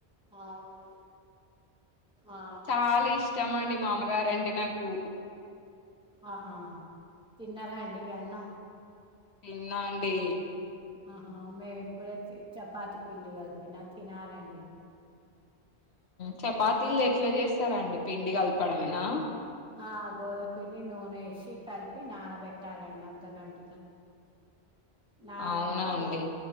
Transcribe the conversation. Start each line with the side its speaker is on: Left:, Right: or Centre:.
Centre: అవును ఆ
Left: చాలా ఇష్ ఇష్టంమండి మా అమ్మగారు అంటే నాకు
Centre: ఆహా తిన్నారా అండి అన్నం
Left: తిన్న అండి
Centre: ఆహా మేము ఇప్పుడే చపాతి పిండి కలిపిన తినాలండి
Left: చపాతీలు ఎట్లా చేస్తారాండి పిండి కలపడమేనా
Centre: ఆ గోధుమ పిండి నూనె వేసి కలిపి నానబెట్టాలండి అర్ధగంట నానాక
Left: అవునా అండి
Centre: ఓ